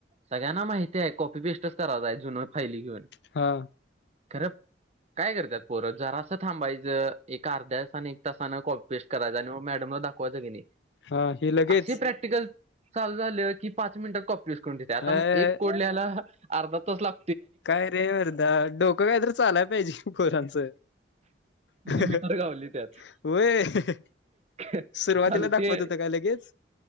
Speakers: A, on the right; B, on the left.
A: सगळ्यांना माहिती आहे कॉपी पेस्टच कराय जायचो, जुनं फाईली घेऊन
B: हा
A: खरं, काय करत्यात पोरं, जरासं थांबायचं. एका अर्ध्या तासानी एक तासान कॉपी पेस्ट करायचा आणि मग मॅडमला दाखवायचं किनई
B: हा हे लगेच
A: अशी प्रॅक्ट प्रॅक्टिकलं चालू झालं, की पाच मिनटात कॉपी पेस्ट करू देते, आता
B: अ
A: एक कोड ल्याला अर्धा तास लाग
B: काय रे, अर्धा डोकं काय तर चालाय पाहिजे पोरांचं.
A: आता
B: हं, हं,
A: मी
B: हं,
A: तर गावली त्यात
B: व्हय, हं, हं
A: चालू
B: सुरुवातीला दाखवत
A: ते
B: होत काय लगेच?